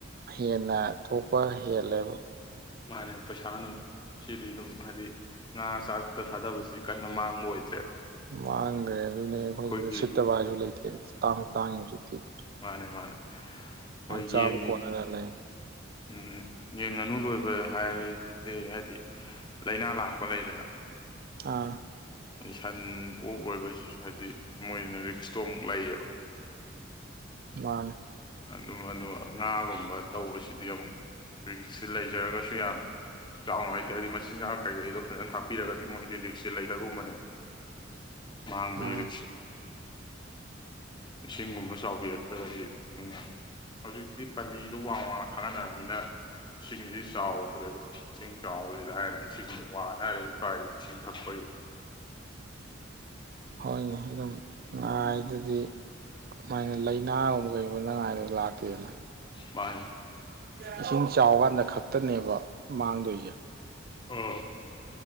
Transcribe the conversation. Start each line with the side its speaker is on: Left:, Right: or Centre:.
Right: ꯍꯦꯟꯅ ꯊꯣꯛꯄ ꯍꯦꯜꯂꯦꯕ
Left: ꯃꯥꯅ ꯄꯩꯁꯥ ꯑꯗꯨꯝ ꯁꯤꯗꯤ ꯑꯗꯨꯝ ꯍꯥꯏꯗꯤ ꯉꯥ ꯆꯥꯛꯇ ꯊꯥꯗꯕꯁꯤꯗꯤ ꯀꯟꯅ ꯃꯥꯡꯕ ꯑꯣꯏꯗ꯭ꯔꯦꯕ
Right: ꯃꯥꯡꯈ꯭ꯔꯦ ꯑꯗꯨꯅꯦ ꯑꯩꯈꯣꯏꯁ
Left: ꯑꯩꯈꯣꯏꯒꯤ
Right: ꯁꯤꯠꯇꯕ ꯍꯥꯏꯁꯨ ꯂꯩꯇꯦ ꯇꯥꯡꯁꯨ ꯇꯥꯡꯉꯤ ꯍꯧꯖꯤꯛ <inaudible>
Left: ꯃꯥꯅꯦ ꯃꯥꯅꯦ ꯍꯣꯏ
Right: ꯆꯥꯕ
Left: ꯌꯦꯟ
Right: ꯀꯣꯟꯅꯗꯅ ꯂꯩ
Left: ꯎꯝ ꯌꯦꯟ ꯉꯥꯅꯨ ꯂꯣꯏꯕ ꯍꯥꯏ ꯍꯥꯏꯗꯤ ꯂꯥꯏꯅꯥ ꯂꯥꯛꯄ ꯂꯩꯗꯅ
Right: ꯑꯥ
Left: ꯁꯟ ꯑꯣꯛ ꯂꯣꯏꯕꯁꯦ ꯁꯤꯁꯨ ꯍꯥꯏꯗꯤ ꯃꯣꯏꯅ ꯔꯤꯛ꯭ꯁ ꯆꯣꯡ ꯂꯩꯌꯦꯕ
Right: ꯃꯥꯅꯦ
Left: ꯑꯗꯨꯝ ꯑꯗꯣ ꯉꯥꯒꯨꯝꯕ ꯇꯧꯕꯁꯤꯗꯤ ꯑꯃꯨꯛ ꯔꯤꯛ꯭ꯁꯁꯦ ꯂꯩꯖꯔꯒꯁꯨ ꯌꯥꯝ ꯆꯥꯎꯅ ꯍꯥꯏꯇꯔꯗꯤ ꯍꯥꯏꯗꯤ ꯃꯆꯤꯟꯖꯥꯛ ꯀꯩꯀꯩꯗꯣ ꯐꯖꯅ ꯊꯥꯛꯄꯤꯔꯒꯗꯤ ꯃꯣꯏꯗꯤ ꯔꯤꯛ꯭ꯁꯁꯦ ꯂꯩꯗꯒꯨꯝꯕꯅꯦꯕ ꯃꯥꯡꯕꯩ
Right: ꯃꯥꯅꯦ
Left: ꯔꯤꯛ꯭ꯁ ꯏꯁꯤꯡꯒꯨꯝꯕ ꯆꯥꯎꯕꯤꯔꯛꯇ꯭ꯔꯒꯗꯤ ꯑꯗꯨ ꯍꯧꯖꯤꯛꯇꯤ ꯄꯜꯂꯤꯗꯨꯣ ꯋꯥꯡ ꯋꯥꯡꯅ ꯈꯥꯒꯠꯟꯅꯔꯕꯅꯤꯅ ꯏꯁꯤꯡꯁꯤ ꯆꯥꯎꯗ꯭ꯔꯦꯗ ꯏꯁꯤꯡ ꯆꯥꯎꯕꯗꯤ ꯂꯥꯏꯔꯅ ꯏꯁꯤꯡ ꯋꯥꯅ ꯍꯥꯏꯔ ꯁ꯭ꯋꯥꯏꯗ ꯏꯁꯤꯡ ꯊꯛꯄꯒꯤ
Right: ꯍꯣꯏꯅꯦ ꯑꯗꯨꯝ ꯉꯥ ꯍꯥꯏꯗꯨꯗꯤ ꯑꯗꯨꯃꯥꯏꯅ ꯂꯩ ꯉꯥꯒꯨꯝꯕ ꯀꯩꯒꯨꯕ ꯅꯪ ꯍꯥꯒꯨꯝꯕ ꯀꯩꯒꯨꯕ ꯅꯪ ꯍꯥꯏꯗ ꯂꯥꯛ <unintelligible>
Left: ꯃꯥꯅꯤ
Right: ꯏꯁꯤꯡ ꯆꯥꯎꯒꯥꯟꯗ ꯈꯛꯇꯅꯦꯕ ꯃꯥꯡꯗꯣꯏꯁꯦ
Left: ꯑꯝ